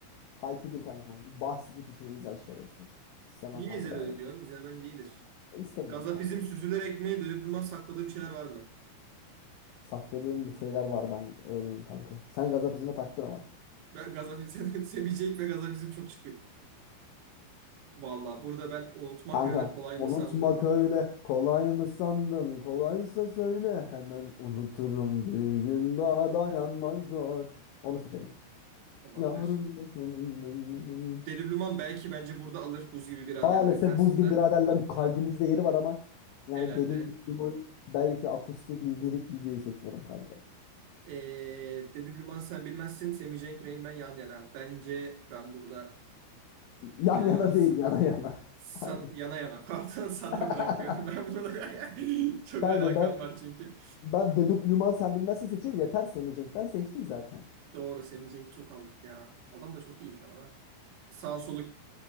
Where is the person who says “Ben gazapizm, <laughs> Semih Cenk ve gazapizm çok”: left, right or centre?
Right